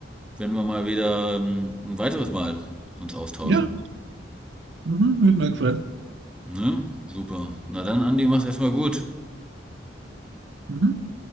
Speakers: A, in the centre; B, on the right.
A: wenn wir mal wieder ähm, ein weiteres Mal uns austauschen.
B: Ja, mhm, hat mir gefreut.
A: Ne? Super. Na dann, Andi, mach's erstmal gut.
B: Mhm.